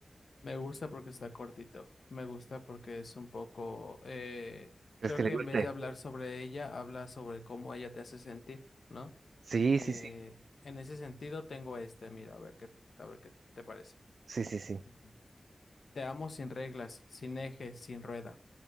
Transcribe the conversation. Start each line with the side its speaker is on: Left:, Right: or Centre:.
Left: Me gusta porque está cortito, me gusta porque es un poco... eh,
Right: ¿Crees
Left: creo
Right: que
Left: que
Right: le guste?
Left: en vez de hablar sobre ella, habla sobre cómo ella te hace sentir, ¿no?
Right: Sí,
Left: Eh,
Right: sí, sí,
Left: en ese sentido tengo este, mira, a ver qué, a ver qué te parece.
Right: sí, sí, sí.
Left: Ujú. Te amo sin reglas, sin eje, sin rueda.